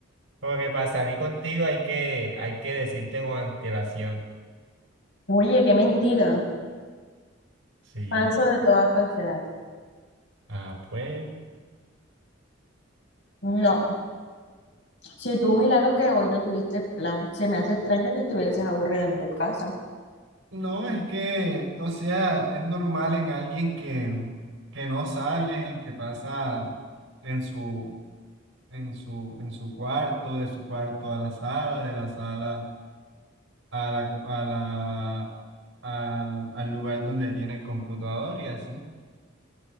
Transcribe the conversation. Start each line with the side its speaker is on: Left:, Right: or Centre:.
Right: como que para salir contigo hay que, hay que decirte con antelación.
Left: Oye, qué mentira.
Right: Sí.
Left: Falso de toda falsedad.
Right: Ah, pues.
Left: No, si tú milagro que hoy no tuviste plan, se me hace extraño que estuvieses aburrida en tu casa.
Right: No, es que, o sea, es normal en alguien que, que no sale, que pasa en su, en su, en su cuarto, de su cuarto a la sala, de la sala a la, co- a la, al, al lugar donde tiene el computador y así.